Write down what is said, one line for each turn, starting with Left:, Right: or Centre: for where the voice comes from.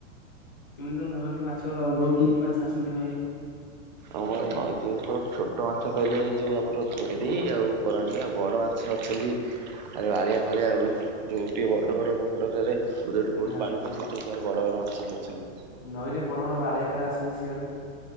Left: କେମିତି କଣ ଧରନ୍ତି ମାଛ ହଉ କି କି ମାଛ ଆସନ୍ତି ନଈରେ।
Right: ଆମୋର ନଈ ତୋ ଛୋଟ ମାଛ କହିଲେ ଏଇ ଯୋଉ ଆମର ଭେରଡି ଆଉ କରାଣ୍ଡି ଆଉ ବଡ ମାଛ ଛନ୍ତି ଆ ବାଳିଆ ଫାଳିଆ ଯେଉଁଟିଏ ବଡ଼ ବଡ଼ ଖଣ୍ଡ ଠାରେ ବୋଥେ ଏଇଠି
Left: ଆଜ୍ଞା
Right: ବହୁତ
Left: ହଁ।
Right: ପାଣି ଥିବ ସେଠି ହିରେ ବଡ ବଡ ମାଛ ଅଛନ୍ତି।
Left: ନଈରେ ବଡ ବଡ ବାଳିଆ କାଳେ ଆସୁଛନ୍ତି ସେଆଡୁ।